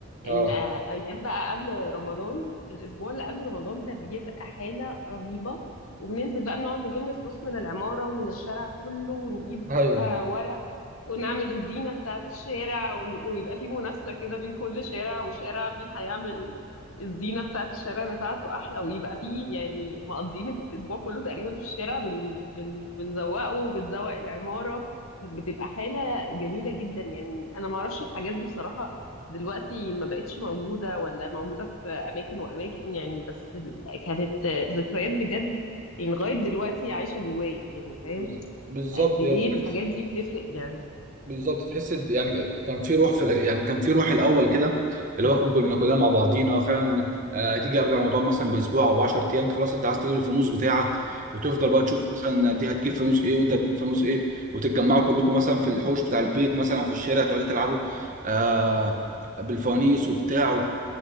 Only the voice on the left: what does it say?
ان آه، ايام بقى قبل رمضان الاسبوع اللي قبل رمضان ده بيبقى حاله رهيبه وبننزل بقى نقعد نلم فلوس من العماره ومن الشارع كله ونجيب بقى
آه، ورق ونعمل الزينة بتاعة الشارع و- ويبقى في منافسة كده بين كل شارع وشارع مين هيعمل الزينة بتاعة الشارع بتاعته أحلى ويبقى في يعني مقضيين الأسبوع كله تقريبا في الشارع بن بن بنزوقه بنزوق العمارة كانت بتبقى حالة جميلة جدا يعني أنا معرفش الحاجات دي بصراحة دلوقتي ما بقتش موجودة ولا موجودة في أماكن وأماكن يعني بس ال- كانت ذكريات بجد يعني لغاية دلوقتي عايشة جوايا يعني فاهم
قد إيه
الحاجات دي بتفرق يعني